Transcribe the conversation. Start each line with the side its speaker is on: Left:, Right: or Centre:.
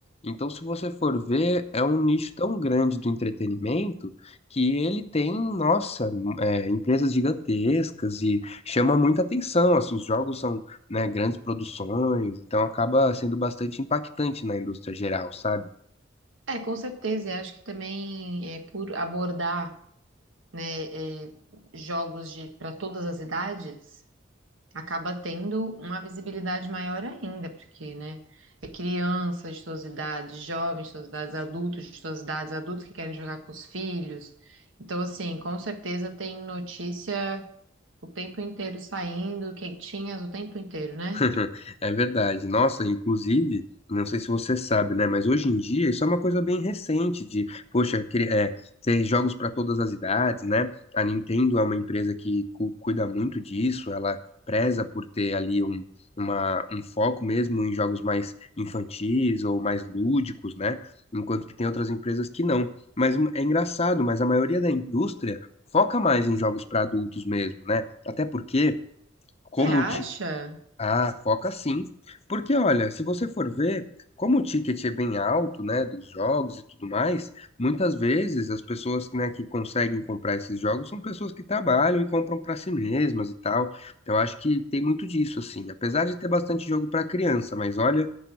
Left: Então, se você for ver, é um nicho tão grande do entretenimento que ele tem, nossa, é, empresas gigantescas e chama muita atenção. Assim, Os jogos são, né, grandes produções, então acaba sendo bastante impactante na indústria geral, sabe?
Right: É, com certeza. Eu acho que também é por abordar, né, é, jogos de para todas as idades. acaba tendo uma visibilidade maior ainda, porque, né, é crianças de todas as idades, jovens de todas as idades, adultos de todas as idades, adultos que querem jogar com os filhos. Então, assim, com certeza tem notícia o tempo inteiro saindo, quentinhas o tempo inteiro, né?
Left: <laughs> É verdade. Nossa, inclusive, não sei se você sabe, né? Mas hoje em dia isso é uma coisa bem recente de, poxa, cri- é, ter jogos para todas as idades, né? A Nintendo é uma empresa que cu- cuida muito disso, ela preza por ter ali um, uma- um foco mesmo em jogos mais infantis ou mais lúdicos, né? Enquanto que tem outras empresas que não. Mas hum, é engraçado, mas a maioria da indústria foca mais em jogos para adultos mesmo, né? Até porque como,
Right: Você acha?
Left: ti- ah, foca sim. Porque, olha, se você for ver, como o ticket é bem alto, né, dos jogos e tudo mais, muitas vezes as pessoas, né, que conseguem comprar esses jogos são pessoas que trabalham e compram para si mesmas e tal. Então, Eu acho que tem muito disso, assim. Apesar de ter bastante jogo para criança, mas olha,